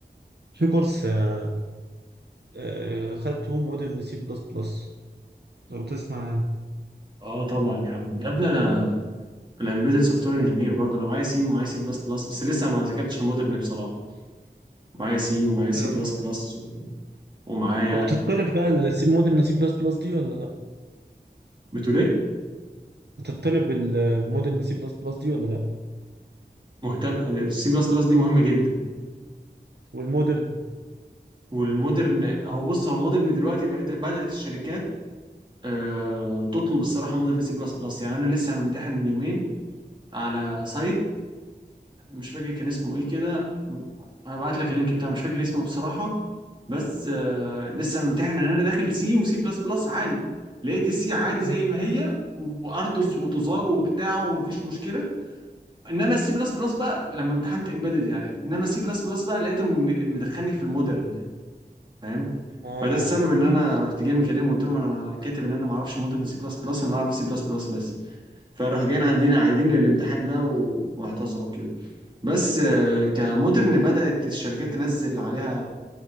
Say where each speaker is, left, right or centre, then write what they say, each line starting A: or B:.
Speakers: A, on the right; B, on the right.
A: في كورس آه، آه، خدته مودرن سي بلس بلس لو تسمع عنه
B: اه طبعا يا عم يا ابني انا انا امبيدد سوفت وير انجينير برضه انا معايا سي ومعايا سي بلس بلس بس لسه ما ذاكرتش المودرن بصراحة معايا سي ومعايا سي
A: آه،
B: بلس بلس و- ومعايا
A: وبتطلب بقى المودرن سي بلس بلس دي ولا لا
B: بتقول ايه؟
A: بتطلب المودرن سي بلس بلس دي ولا لا
B: مهتم السي بلس بلس دي مهمة جدا
A: والمودرن
B: والمودرن هو بص هو المودرن دلوقتي بقت بدأت الشركات آه، تطلب الصراحه مودرن سي بلس بلس يعني انا لسه ممتحن من يومين على سايت مش فاكر كان اسمه ايه كده هبعت لك اللينك بتاعه مش فاكر اسمه بصراحة بس آه لسه ممتحن ان انا داخل سي وسي بلس بلس عادي لقيت السي عادي
A: مم.
B: زي ما هي وارتوس وتزار وبتاع ومفيش مشكلة انما السي بلس بلس بقى لما امتحنت امبيدد يعني انما السي بلس بلس بقى لقيته م- مدخلني في المودرن يعني فاهم
A: اه
B: فده السبب ان انا رحت جاي مكلمه وقلت لهم انا كاتب ان انا ما اعرفش مودرن سي بلس بلس انا اعرف سي بلس بلس بس فراح جايين عندنا عايدين الامتحان بقى و- واعتذروا كده بس آه، كمودرن بدأت الشركات تنزل عليها